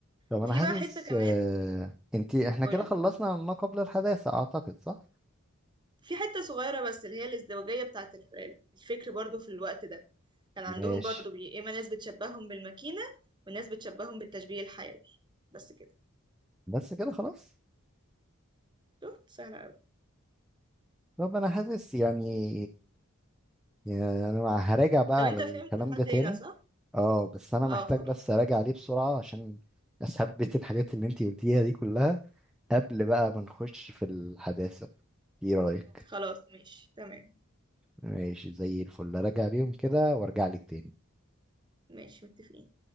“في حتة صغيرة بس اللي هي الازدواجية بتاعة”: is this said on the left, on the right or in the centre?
Right